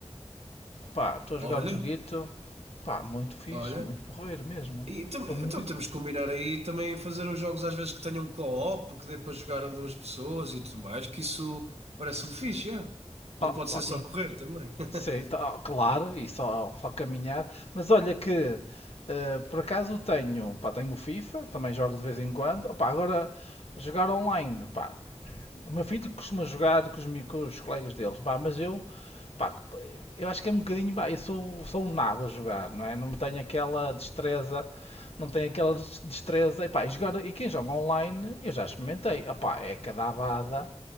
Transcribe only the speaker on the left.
Pá, estou a jogar
o joguito. Pá, muito fixe,
muito porreiro mesmo.
Estou muito.
Ah,
bom,
e,
sim, tá, claro, e só, só caminhar. Mas olha que, eh, por acaso tenho, pá, tenho o FIFA, também jogo de vez em quando. Opá, agora, jogar online, pá, o meu filho costuma jogar com os, mi- com os colegas deles, pá, mas eu, pá, eu acho que é um bocadinho, pá, eu sou, sou um nabo a jogar, não é? Não tenho aquela destreza, não tenho aquela des- destreza, e pá, e, jogar, e quem joga online, eu já experimentei, opá, é cada abada.